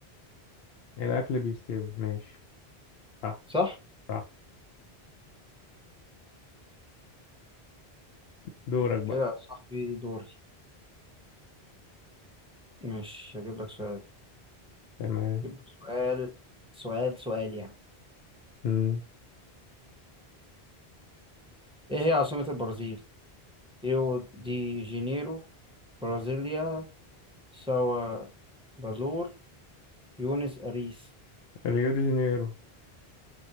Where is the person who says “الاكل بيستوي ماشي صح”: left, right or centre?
Left